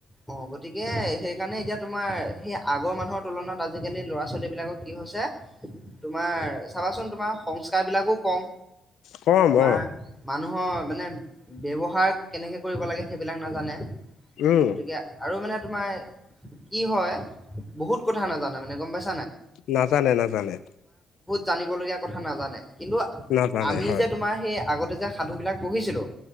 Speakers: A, in the centre; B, on the left (about 75°).
A: অ গতিকে সেই সেইকাৰণে এতিয়া তোমাৰ সেই আগৰ মানুহৰ তুলনাত আজিকালি ল'ৰা ছোৱালী বিলাকৰ কি হৈছে তোমাৰ চাবাচোন তোমাৰ সংস্কাৰ বিলাকো কম
B: কম
A: তোমাৰ
B: অ',
A: মানুহৰ মানে ব্যৱহাৰ কেনেকে কৰিব লাগে সেইবিলাক নাজানে।
B: উম,
A: গতিকে আৰু মানে তোমাৰ কি হয় বহুত কথা নাজানে মানে গম পাইছো।
B: নাজানে নাজানে।
A: জানিব লগগীয়া কথা নাজানে কিন্তু
B: নাজানে
A: আমি
B: হয়,
A: যে তোমাৰ সেই আগতে যে সাধু বিলাক পঢহিছিলো